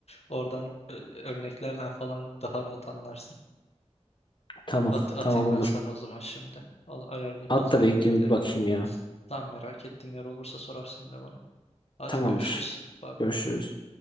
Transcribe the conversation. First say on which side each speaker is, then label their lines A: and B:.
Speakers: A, on the left; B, on the left.
A: Oradan ö- örneklerle falan daha rahat anlarsın.
B: <laughs> Tamam,
A: At atayım
B: tamam olur.
A: ben sana o zaman şimdi. Al ayarlayıp
B: At
A: hazırlayıp
B: da bekleyeyim
A: linkleri.
B: bir bakayım ya.
A: Tamam merak ettiğin yer olursa sorarsın yine bana. Hadi
B: Tamamdır.
A: görüşürüz. Bay bay.
B: Görüşürüz.